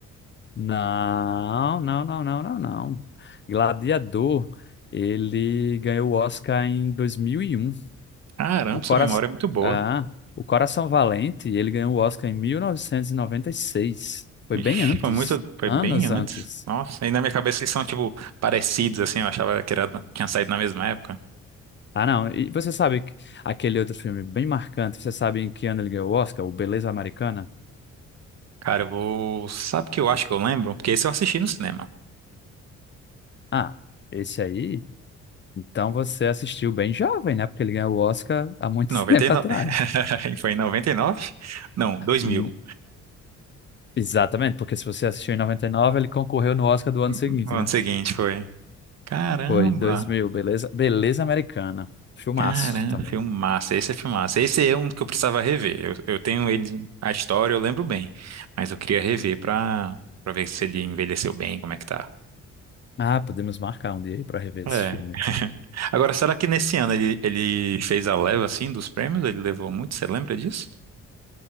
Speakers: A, on the left (about 40°); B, on the right (about 60°).
A: Não, não, não, não, não, não. Gladiador, ele ganhou o Oscar em dois mil e um
B: Caramba,
A: O Cora...
B: sua memória é muito boa.
A: ah, o Coração Valente, ele ganhou o Oscar em mil novecentos e e noventa e seis Foi
B: Ixi,
A: bem antes,
B: foi muito, foi
A: anos
B: bem antes.
A: antes.
B: Nossa, e na minha cabeça eles são tipo parecidos assim, eu achava que era, tinha saído na mesma época.
A: Ah, não. E você sabe que- aquele outro filme bem marcante? Você sabe em que ano ele ganhou o Oscar? O Beleza Americana?
B: Cara, eu vou, sabe o que eu acho que eu lembro? Porque esse eu assisti no cinema.
A: Ah, esse aí. Então você assistiu bem jovem, né? Porque ele ganhou o Oscar há muito
B: 99.
A: <laughs> tempo atrás.
B: <laughs> Foi em 99? Não, 2000.
A: Hum, Exatamente, porque se você assistiu em 99, ele concorreu no Oscar do ano seguinte,
B: No
A: né?
B: ano seguinte foi. Caramba.
A: Foi 2000, beleza, beleza americana. Filmaço
B: Caramba,
A: também.
B: filmaço. Esse é filmaço. Esse é um que eu precisava rever. Eu, eu tenho ele, a história eu lembro bem, mas eu queria rever pra, pra ver se ele envelheceu bem, como é que tá.
A: Ah, podemos marcar um dia aí para rever
B: É.
A: esse filme.
B: <laughs> Agora, será que nesse ano ele, ele fez a leva assim dos prêmios? Ele levou muito? Você lembra disso?